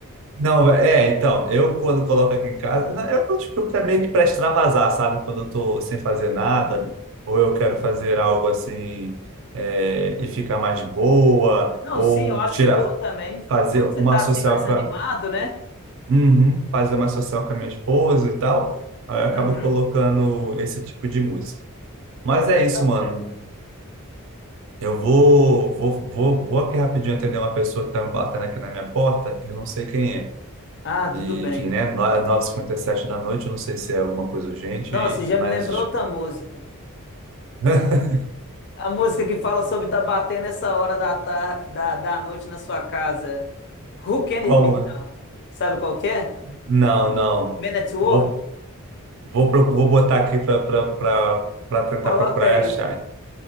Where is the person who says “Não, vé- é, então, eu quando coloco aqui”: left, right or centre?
Right